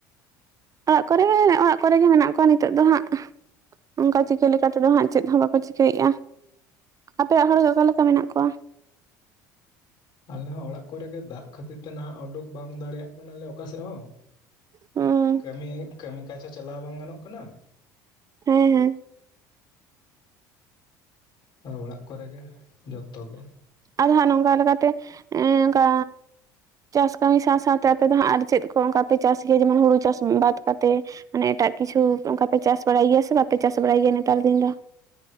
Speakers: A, on the right; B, on the left.
A: ᱚᱲᱟᱜ ᱠᱚᱨᱮ ᱚᱲᱟᱜ ᱠᱚᱨᱮ ᱜᱮ ᱢᱮᱱᱟᱜ ᱠᱚᱣᱟ, ᱱᱤᱛᱚᱜ ᱫᱚ ᱦᱟᱸᱜ ᱚᱱᱠᱟ ᱪᱤᱠᱟᱹ ᱞᱮᱠᱟ ᱛᱮᱫᱚ ᱦᱟᱜ ᱪᱮᱫ ᱦᱚᱸ ᱵᱟᱝ᱾ ᱠᱚ ᱪᱤᱠᱟᱹᱭᱮᱫᱼᱟ, ᱟᱯᱮᱭᱟᱜ ᱦᱚᱲ ᱜᱮ ᱚᱠᱟᱞᱮᱠᱟ ᱢᱮᱱᱟᱜ ᱠᱚᱣᱟ?
B: ᱟᱞᱮ ᱦᱚᱸ ᱚᱲᱟᱜ ᱠᱚᱨᱮ ᱜᱮ ᱫᱟᱜ ᱠᱷᱟᱹᱛᱤᱨ ᱛᱮ ᱱᱟᱦᱟᱜ ᱚᱰᱩᱠ ᱵᱟᱝ ᱫᱟᱲᱮᱭᱟᱜ ᱠᱟᱱᱟ ᱞᱮ ᱚᱠᱟ ᱥᱮᱫ ᱦᱚᱸ
A: ᱦᱩᱸ
B: ᱠᱟᱹᱢᱤ ᱠᱟᱹᱢᱤ ᱠᱟᱡᱽ ᱦᱚᱸ ᱪᱟᱞᱟᱣ ᱵᱟᱝ ᱜᱟᱱᱚᱜ ᱠᱟᱱᱟ᱾
A: ᱦᱮᱸ ᱦᱮᱸ
B: <unintelligible> ᱚᱲᱟᱜ ᱠᱚ ᱨᱮᱜᱮ ᱡᱚᱛᱚ ᱜᱮ᱾
A: ᱟᱫᱚ ᱦᱟᱜ ᱱᱚᱝᱠᱟ ᱞᱮᱠᱟᱛᱮ, ᱮ ᱱᱚᱝᱠᱟ ᱪᱟᱥ ᱠᱟᱹᱢᱤ ᱥᱟᱶ ᱥᱟᱶ ᱛᱮ ᱟᱯᱮ ᱫᱚ ᱦᱟᱸᱜ ᱟᱨ ᱪᱮᱫ ᱠᱚ ᱚᱱᱠᱟ ᱯᱮ ᱪᱟᱥ ᱜᱮᱭᱟ ᱡᱮᱢᱚᱱ ᱦᱩᱲᱩ ᱪᱟᱥ ᱵᱟᱫ ᱠᱟᱛᱮ᱾ ᱢᱟᱱᱮ ᱮᱴᱟᱜ ᱠᱤᱪᱷᱩ ᱚᱱᱠᱟ ᱯᱮ ᱪᱟᱥ ᱵᱟᱲᱟᱭ ᱜᱮᱭᱟ ᱥᱮ ᱵᱟᱯᱮ ᱪᱟᱥ ᱵᱟᱲᱟᱭ ᱜᱮᱭᱟ ᱱᱮᱛᱟᱨ ᱫᱤᱱ ᱫᱚ?